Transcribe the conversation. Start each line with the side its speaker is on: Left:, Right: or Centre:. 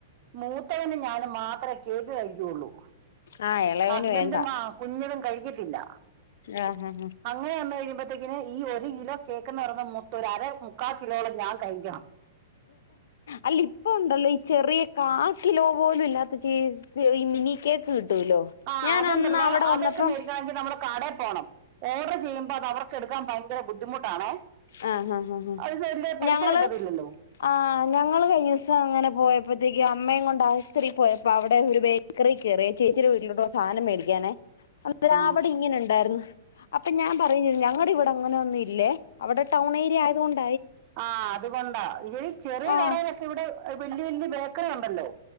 Right: മൂത്തവന് ഞാൻ മാത്രം കേക്ക് കഴിക്കുള്ളൂ
Left: ആ ഇളയവന്
Right: ഹസ്ബൻറും
Left: വേണ്ട
Right: ആ കുഞ്ഞിനും കഴിക്കത്തില്ല
Left: ആ ആ
Right: അങ്ങനെ വന്ന കഴിയുമ്പോ ത്തേ ഈ ഒരു കിലോ കേക്കന്ന് പറയുന്ന മുത്തൂരാ ആരെ മുക്കാൽ കിലോളം ഞാൻ കഴിക്കണം
Left: അല്ല ഇപ്പൊ ഉണ്ടല്ലോ ഈ ചെറിയ കാ കിലോ പോലും ഇല്ലാത്ത ച ഈ മിനി കേക്ക് <unintelligible>
Right: ആ
Left: ഞാൻ
Right: അതുണ്ടല്ലോ
Left: അന്ന് അവിടെ
Right: അതൊക്കെ
Left: വന്നപ്പം
Right: മേടിക്കണമെങ്കി നമ്മള് കട പോണം ഓർഡർ ചെയ്യുമ്പോ അത് അവർക്ക് എടുക്കാൻ ഭയങ്കര ബുദ്ധിമുട്ടാണേ
Left: ആഹ ഹ ഹ ഹ
Right: അത് വലിയ പൈസ
Left: ഞങ്ങള്
Right: കിട്ടത്തില്ലല്ലോ
Left: ആ ഞങ്ങള് കഴി ദിവസം അങ്ങനെ പോയ അപ്പത്തേക്ക് അമ്മയെ കൊണ്ട് ആശുപത്രിൽ പോയ അപ്പോൊ അവിടെ ഒരു ബേക്കറി കയറി ചേച്ചിയ വീട്ടിലോട്ട് ഉള്ള സാധനം മേടിക്കാനേ.
Right: ആ
Left: അവിടെ ഇങ്ങനെ ഉണ്ടായിരുന്നു. അപ്പൊ ഞാൻ പറയഞ്ഞ ഞങ്ങളുടെ ഇവിടെ അങ്ങനെ ഒന്നും ഇല്ലേ അവിടെ ടൗൺ ഏരിയ ആയതത് കൊണ്ട്.
Right: ആ അതുകൊണ്ടാ ഇ ചെറിയ
Left: ആ
Right: കടയിലൊക്കെ ഇവിടെ വലിയ വലിയ ബേക്കറി ഉണ്ടല്ലോ,